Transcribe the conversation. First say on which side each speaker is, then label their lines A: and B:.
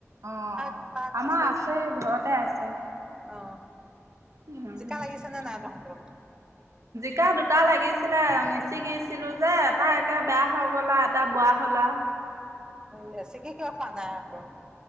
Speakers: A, on the right; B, on the right.
A: অ',
B: শাক পাত
A: আমাৰ আছে,
B: তহঁতৰ
A: ঘৰতে আছে।
B: অ।
A: উম
B: জিকা লাগিছে নে নাই তহঁতৰ?
A: কা দুটা লাগিছিলে আৰু নিছিগিছিলোঁ যে, এটা একে বেয়া হৈ গ'ল আউ, এটা বুৱা হ'ল আউ।
B: নিচিগি কিয় খোৱা নাই আকৌ